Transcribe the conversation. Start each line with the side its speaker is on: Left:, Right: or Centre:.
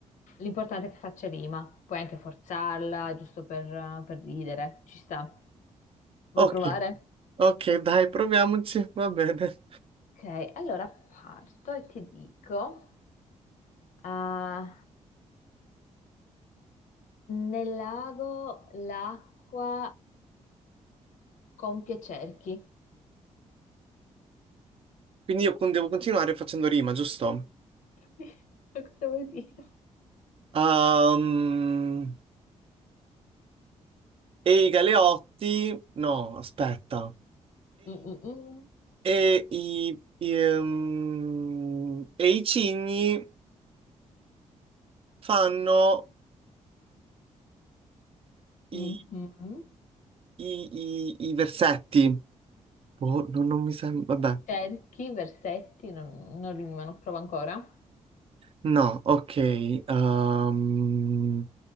Left: L'importante è che faccia rima, puoi anche forzarla, giusto per, per ridere, ci sta. Vuoi
Right: Ok,
Left: provare?
Right: ok, dai, proviamoci, va bene.
Left: Ok, allora parto e ti dico, ah, nel lago l'acqua compie cerchi.
Right: Quindi io con- devo continuare facendo rima, giusto?
Left: Ma <laughs> Cosa vuol dire?
Right: Ehm, Ehi Galeotti, no, aspetta.
Left: Mm, mm,
Right: e i, i, ehm, e i cigni fanno i,
Left: mm. Mhm.
Right: i- i- i versetti. Boh, non, non mi sembra. Vabbè,
Left: Cerchi, versetti, non, non rimano, provo ancora.
Right: no, ok. ehm,